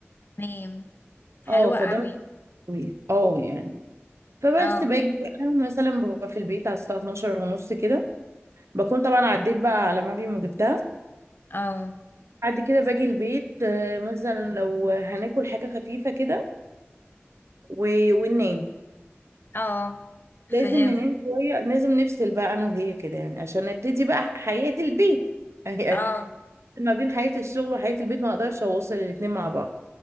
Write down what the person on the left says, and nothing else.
تمام حلوه
قوي
اه
اه
اه فهمت
اه